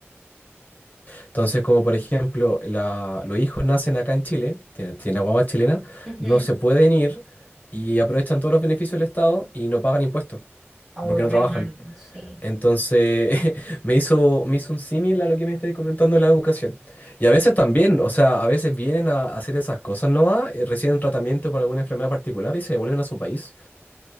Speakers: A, on the left (about 40°); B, in the centre.
A: Entonces, como por ejemplo, la- los hijos nacen acá en Chile, tienen, tienen la guagua chilena,
B: Ujú.
A: no se pueden ir y aprovechan todos los beneficios del Estado y no pagan impuestos
B: Ah, uy,
A: porque
B: re
A: no trabajan.
B: mal, sí.
A: Entonces, <laughs> me hizo, me hizo un símil a lo que me estáis comentando de la educación. Y a veces también, o sea, a veces vienen a hacer esas cosas nomás, eh, reciben un tratamiento por alguna enfermedad particular y se devuelven a su país.